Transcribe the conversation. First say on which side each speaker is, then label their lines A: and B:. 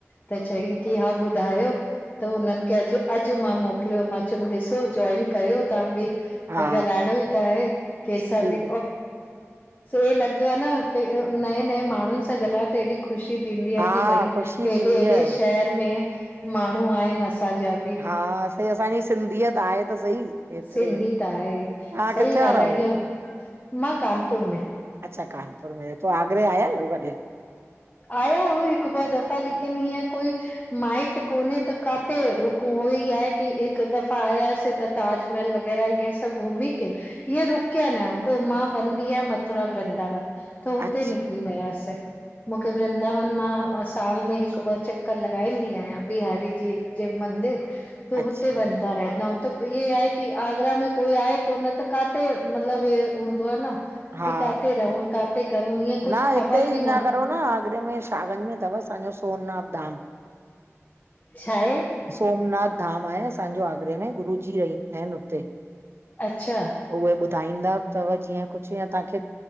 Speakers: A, on the left; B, on the right.
A: त चईं कि हा ॿुधायो, त हुनन खे अज़ अज़ मां मोकलियो, मां चियुम ॾिसो जॉइन कयो तां बी। त
B: हा
A: ॻाल्हाइणो ई त आहे। केसां
B: सुठी
A: बी।
B: ॻा
A: से लॻदो आ न कि नए नए माण्हुन सां ॻाल्हाए त हेॾी ख़ुशी थींदी
B: हा
A: आ कि भई,
B: ख़ुशी
A: हेॾे
B: थींदी
A: हेॾे
B: आहे
A: शहर में माण्हूं आहिन असांजा बी।
B: हा, सई असांजी सिंधीयत आहे त सही। हेतिरे
A: सिंधी त आहे,
B: तव्हां
A: सई
B: किथे जा
A: ॻाल
B: रहो
A: आ ईय, मां कानपुर में।
B: अच्छा! कानपुर में, त आगरे आया आयो कॾहि?
A: आयो हूं हिकु ॿ दफ़ा, लेकिन हीअं कोई माइट कोने त काथे रुक उहो ई आहे कि, हिक दफ़ा आयासीं त ताजमहल वग़ैरह ईयं सभ घुमी के इये रुकया न, पो मां वनदी आयां मथुरा वृंदावन।
B: अच,
A: निकरी वियास मुंखे वृंदावन मां मां साल में हिक ॿ चक्कर लॻाईंदी आयां, बिहारी जी जे मंदिर। पो
B: अच्छा
A: हुते वेंदा रहना, त इये आहे की आगरा में कोई आए कोन त काथे? मतलब हे हूंदो आ न
B: हा
A: कि, काथे रहूं काथे? करूं ईअं कुझु
B: न हिते
A: ख़बर
B: ई
A: बि
B: ईंदा करो न आगरे में शावन में तव असांजो सोमनाथ धाम।
A: छाऐ?
B: सोमनाथ धाम आहे असांजो आगरे में, गुरूजी रहींदा इन हुते।
A: अच्छा
B: उहे ॿुधाईंदा तव जीअं कुछ या तांखे